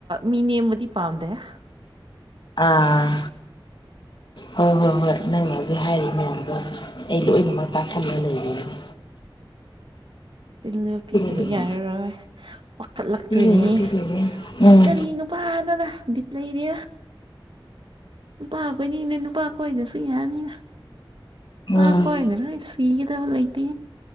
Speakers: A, on the right; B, on the left.
A: ꯃꯤ ꯅꯦꯝꯕꯗꯤ ꯄꯥꯝꯗꯦ꯫
B: ꯑꯥ ꯍꯣꯏ- ꯍꯣꯏ - ꯍꯣꯏ ꯅꯪ ꯍꯧꯖꯤꯛ ꯍꯥꯏꯔꯤ ꯃꯌꯥꯝꯗꯣ ꯑꯩ ꯂꯣꯏꯅꯃꯛ ꯇꯥꯥꯁꯜꯂ ꯂꯩꯕꯤꯒꯅꯤ꯫
A: ꯅꯨꯄꯤꯗꯨꯕ
B: ꯀꯩꯅꯣ
A: ꯌꯥꯔꯔꯣꯏ ꯋꯥꯀꯠꯂꯛꯇꯣꯏꯅꯤ
B: ꯄꯤꯗꯣꯏꯅꯦ ꯄꯤꯗꯣꯏꯅꯦ
A: ꯑꯁ
B: ꯎꯝ
A: ꯀꯔꯤ ꯅꯨꯄꯥꯅꯅ ꯂꯩꯔꯦ ꯅꯨꯄꯥ ꯀꯣꯏꯅꯤꯡꯗꯦ ꯅꯨꯄꯥ ꯀꯣꯏꯗꯁꯨ ꯌꯥꯅꯤꯅ ꯅꯨꯄꯥ
B: ꯎꯝ
A: ꯀꯣꯏꯅ ꯂꯣꯏ ꯁꯤꯒꯗꯕ ꯂꯩꯇꯦ꯫